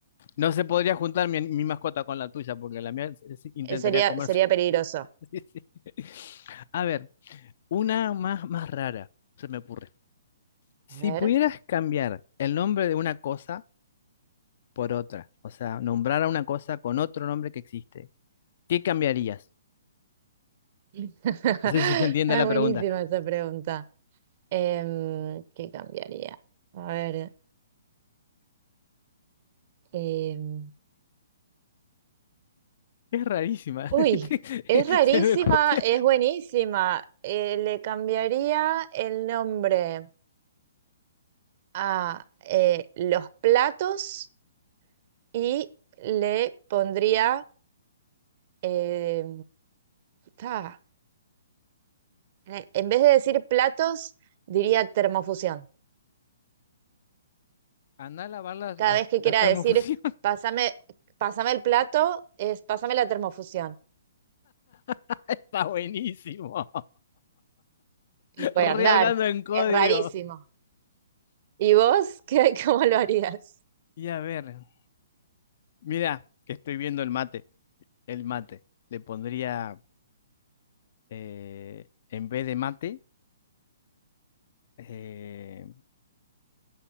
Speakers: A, on the left; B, on the right.
A: No se podría juntar mi, mi mascota con la tuya, porque la mía se- intentaría
B: Eh, Sería,
A: comerse.
B: sería peligroso.
A: <laughs> Sí, sí. A ver, una más, más rara, se me ocurre. Si
B: A ver.
A: pudieras cambiar el nombre de una cosa por otra, o sea, nombrar a una cosa con otro nombre que existe, ¿qué cambiarías?
B: <laughs>
A: No sé si se entiende
B: Es
A: la
B: buenísima
A: pregunta.
B: esa pregunta. Em, ¿qué cambiaría? A ver, em,
A: Es rarísima.
B: Uy,
A: <laughs> ¿viste?
B: es rarísima,
A: Se me ocurrió.
B: es buenísima. Eh, le cambiaría el nombre a eh, los platos y le pondría, eh, ta, eh, en vez de decir platos, diría termofusión.
A: Andá a lavar la,
B: Cada
A: los-
B: vez que
A: la
B: quiera
A: termofusión.
B: decir, pásame, pásame el plato, es pásame la termofusión.
A: <laughs> Está buenísimo.
B: Y puede
A: Re
B: andar,
A: hablando en código.
B: es rarísimo. ¿Y vos qué, <laughs> cómo lo harías?
A: Y a ver, mira, que estoy viendo el mate. El mate. Le pondría, eh, en vez de mate, eh,